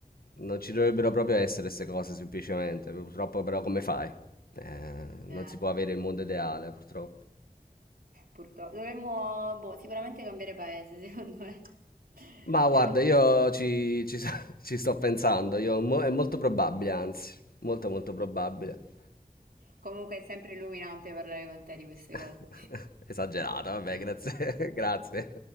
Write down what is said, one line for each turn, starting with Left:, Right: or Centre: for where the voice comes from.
Left: non ci dovrebbero proprio essere queste cose, semplicemente. Purtroppo però come fai? Eh, non
Right: Eh.
Left: si può avere il mondo ideale, purtroppo.
Right: Purtro dovremmo, boh, sicuramente cambiare paese, secondo me. <laughs>
Left: Ma
Right: Però,
Left: guarda, io ci, ci so- <laughs> ci sto pensando, io mo- è molto probabile, anzi, molto molto probabile.
Right: comunque è sempre illuminante parlare con te di queste
Left: <laughs>
Right: cose.
Left: Esagerato, vabbè, grazie, <laughs> grazie.